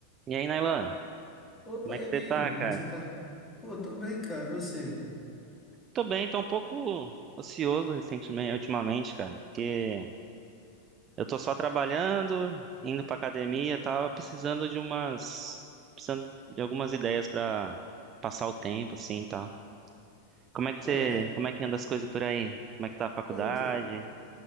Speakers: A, on the right (about 30°); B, on the left (about 15°).
A: E aí, Nailan,
B: Opa,
A: como é
B: e
A: que você
B: aí,
A: tá,
B: Igor, como
A: cara?
B: é que você tá? Pô, eu tô bem, cara, e você?
A: Tô bem, tô um pouco ocioso recentemente, ultimamente, cara, porque eu tô só trabalhando, indo pra academia, tava precisando de umas, precisando de algumas ideias pra passar o tempo, assim, e tal. Como é que
B: Pô,
A: você,
B: é... é,
A: como é que anda as coisas por aí? Como é que tá a faculdade?
B: Pô, então...